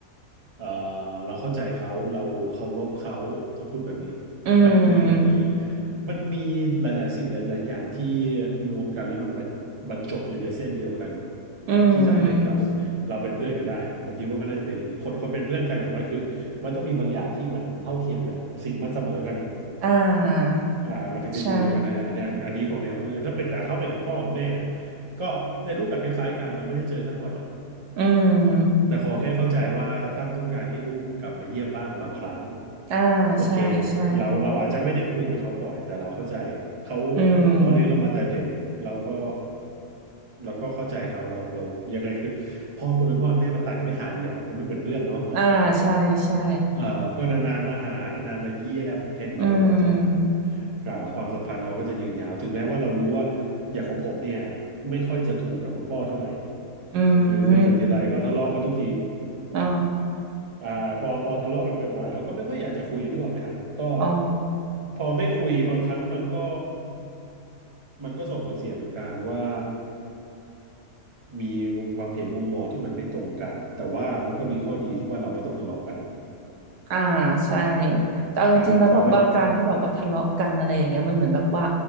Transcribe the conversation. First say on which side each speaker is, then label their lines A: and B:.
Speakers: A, on the right; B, on the right.
A: เอ่อเราเข้าใจเขาเราเคารพเขาต้องพูดแบบนี้
B: อืม
A: มันมีมันมีมันมีหลายๆสิ่งหลายๆอย่างที่รวมกันแล้วมันมาบรรจบอยู่ในเส้นเดียวกัน
B: อืม
A: ที่ทำให้เราเราเป็นเพื่อนกันได้ผมคิดว่าน่าจะเป็นอย่างนี้คนคนเป็นเพื่อนกันอย่างน้อยคือมันต้องมีบางอย่างที่มันเท่าเทียมกันอะศีลมันเสมอกันอะ
B: อ่า
A: อ่ามันถึงจะอยู่ด้วยกันได้อันนี้อันอันนี้ของแนวเพื่อนถ้าเป็นแต่เขาเป็นของพ่อของแม่เนี่ย
B: ใช่
A: ก็ได้รูปแบบคล้ายๆกันเราไม่ได้เจอท่านบ่อยหรอก
B: อืม
A: แต่ขอแค่เข้าใจว่าท่านต้องการให้ลูกกลับมาเยี่ยมบ้างบางครั้ง
B: อ่าใช่ใช่
A: โอเคเราเราอาจจะไม่ได้คุยกับเขาบ่อยแต่เราเข้าใจเขา
B: อืม
A: เขาเลี้ยงเรามาแต่เด็กเราก็เราก็เข้าใจเขาเราเรายังไงคือพ่อคนเป็นพ่อเป็นแม่มันตัดกันไม่ขาดอยู่แล้วมันไม่เหมือนเพื่อนเนาะ
B: อ่าใช่ใช่
A: เอ่อก็นานๆมาหา นานๆมาเยี่ยมแค่นี้เขาก็พอใจละ
B: อืม
A: อ่าความสัมพันธ์เราก็จะยืนยาว ถึงแม้ว่าเรารู้ว่าอย่างของผมเนี่ยไม่ค่อยจะถูกกับคุณพ่อเท่าไหร่
B: อื
A: ก็คือคุยกันทีไรก็ทะเลาะกันทุกที
B: มอ๋อ
A: อ่าพอพอทะเลาะกันบ่อยๆเราก็ไม่ค่อยอยากจะคุยนึกออกไหมฮะก็
B: อ๋อ
A: พอไม่คุยบางครั้งมันก็มันก็ส่งผลเสียเหมือนกันว่ามีความเห็นมุมมองที่มันไม่ตรงกันแต่ว่ามันก็มีข้อดีที่ว่าเราไม่ต้องทะเลาะกัน
B: อ่าใช่แต่เอาจริงๆแล้วแบบว่าการที่แบบว่าทะเลาะกันอะไรอย่างเงี้ยมันเหมือนแบบว่า
A: อ่าพอไม่